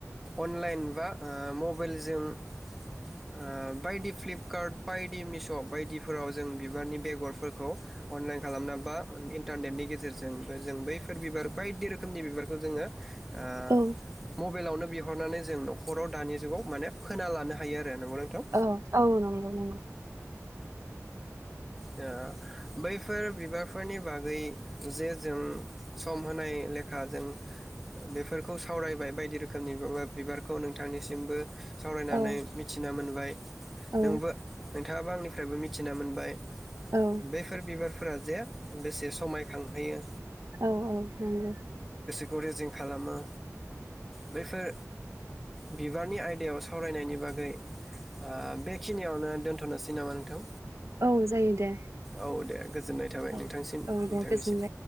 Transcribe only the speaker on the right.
औ
औ औ नंगौ नंगौ।
औ
औ
औ
औ औ नंग'।
औ जायो दे।
औ
औ
दे गोजोनबाय